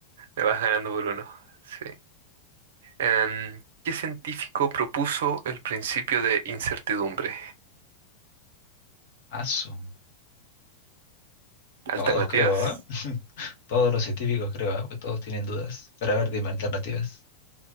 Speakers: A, on the right; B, on the left.
A: Me vas ganando por uno. Sí. Em, ¿qué científico propuso el principio de incertidumbre?
B: Asu.
A: Alternativas:
B: Todos creo, ¿ah? <laughs> Todos los científicos creo, ¿ah? Pues todos tienen dudas. Pero a ver, dime alternativas.